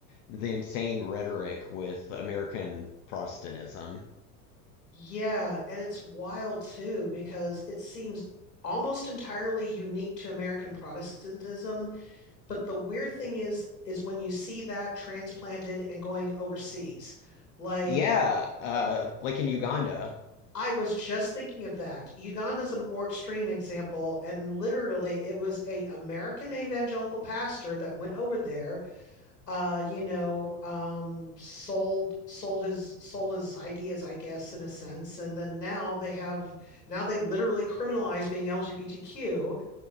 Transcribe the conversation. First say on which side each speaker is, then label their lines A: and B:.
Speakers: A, on the left; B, on the left.
A: the insane rhetoric with American Protestantism.
B: yeah, and it's wild too because it seems almost entirely unique to American Protestantism, but the weird thing is is when you see that transplanted and going overseas. Like
A: Yeah, uh, like in Uganda.
B: I was just thinking of that. Uganda's a more extreme example, and literally it was a American evangelical pastor that went over there uh, you know, um, sold sold his sold his ideas, I guess, in a sense. And then now they have now they literally criminalize being LGBTQ.